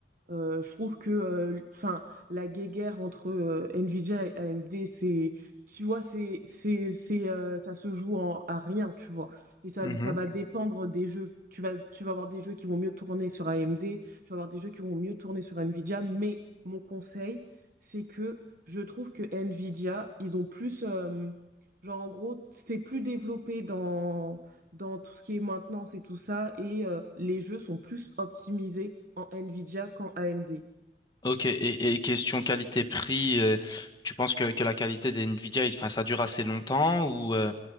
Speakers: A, on the right (about 50°); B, on the left (about 25°).
A: Euh, je trouve que euh, enfin, la guéguerre entre euh, Nvidia et AMD, c'est, tu vois, c'est, c'est, c'est, euh, ça se joue en- à rien, tu vois. Et ça,
B: Mhm.
A: ça va dépendre des jeux. Tu vas, tu vas avoir des jeux qui vont mieux tourner sur AMD, tu vas avoir des jeux qui vont mieux tourner sur Nvidia, mais mon conseil, c'est que je trouve que Nvidia, ils ont plus, euh, genre en gros, c'est plus développé dans dans tout ce qui est maintenance et tout ça, et euh, les jeux sont plus optimisés en Nvidia qu'en AMD.
B: Ok, et, et question qualité-prix, euh, tu penses que, que la qualité des Nvidia, il- enfin, ça dure assez longtemps ou euh,